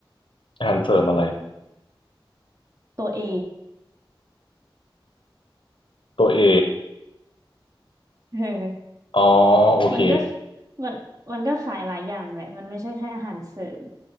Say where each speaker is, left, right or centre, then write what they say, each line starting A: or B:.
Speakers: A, on the left (about 65°); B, on the right (about 40°).
A: อาหารเสริมอะไร
B: ตัวเอ
A: ตัวเอ
B: เออ <laughs>
A: อ๋อโอเค
B: มันก็มันมันก็ขายหลายอย่างแหละมันไม่ใช่แค่อาหารเสริม